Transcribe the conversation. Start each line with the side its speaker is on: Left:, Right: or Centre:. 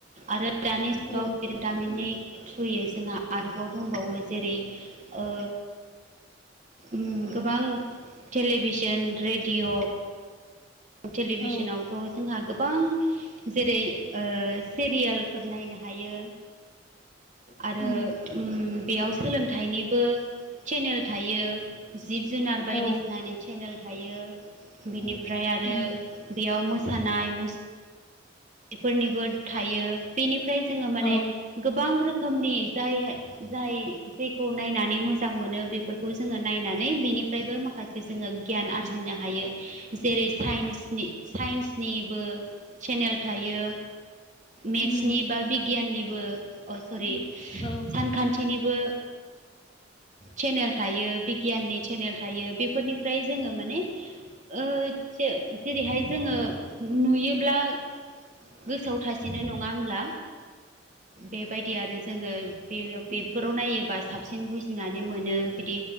Right: आरो दानि जुगाव
Left: औ
Right: बिरोंदामिननि थ्रुयै जोंहा आरोबाव दंबावो जेरै ओ ओम गोबां टेलिभिसन रेडिअ टेलिभिसनावथ'
Left: औ
Right: जोंहा गोबां जेरै सिरियालफोर नायनो हायो आरो
Left: उम
Right: बेयाव सोलोंथाइनिबो चेनेल थायो जिब जुनार बायदिसिनानि
Left: औ
Right: चेनेल थायो बिनिफ्राय आरो
Left: उम
Right: बेयाव मोसानाय मुसु बेफोरनिबो थायो बेनिफ्राय जोङो माने
Left: औ उम औ
Right: गोबां रोखोमनि जाय जाय जेखौ नायनानै मोजां मोनो बेफोरखौ जोङो नायनानै बेनिफ्रायबो माखासे जोङो गियान आरजिनो हायो जेरै साइन्सनि साइन्सनिबो चेनेल थायो मेट्सनि
Left: उम
Right: बा बिगियाननिबो अ' सरि
Left: औ
Right: सानखान्थिनिबो सेनेल थायो बिगियाननि सेनेल थायो बे फोरनिफ्राय जोङो माने ओ जेरैहाय जोङो नुयोब्ला गोसोआव थासेनो नङा होमब्ला बे बेबायदि आरो जोङो बे बेफोराव नायोबा साबसिन बुजिनानै मोनो बिदि